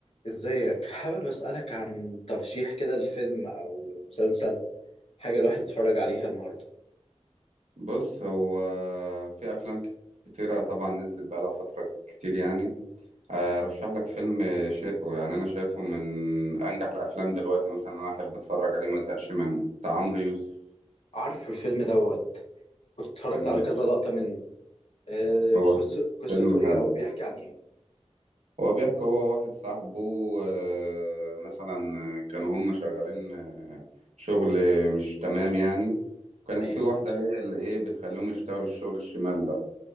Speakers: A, on the left; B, on the right.
A: ازيك حابب اسألك عن ترشيح كده لفيلم او مسلسل حاجة الواحد يتفرج عليها النهاردة
B: بص هو في افلام كتيره طبعا نزلت بقالها فتره كتير يعني ارشح لك فيلم شقه يعني انا شايفه من انجح الافلام دلوقتي مثلا انا احب اتفرج عليه ما ازهقش منه بتاع عمرو يوسف
A: عارف الفيلم دوت كنت اتفرجت
B: امم
A: على كذا لقطة منه آه،
B: هو
A: قص- قصته
B: فيلم
A: ايه
B: حلو
A: او بيحكي عن ايه
B: هو بيحكي هو واحد صاحبه آه، مثلا كانوا هم شغالين آه، شغل مش تمام يعني وكانت
A: تمام
B: في واحده هي اللي ايه بتخليهم يشتغلوا الشغل الشمال ده